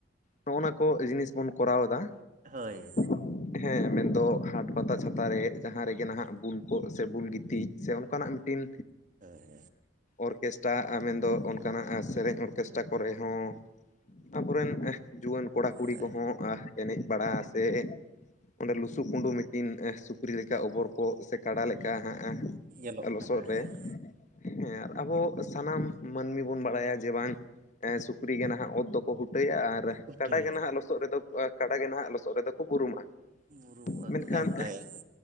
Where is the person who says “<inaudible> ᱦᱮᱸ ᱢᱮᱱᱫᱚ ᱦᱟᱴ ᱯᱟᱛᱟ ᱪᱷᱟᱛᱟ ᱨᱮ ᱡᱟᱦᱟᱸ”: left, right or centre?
Left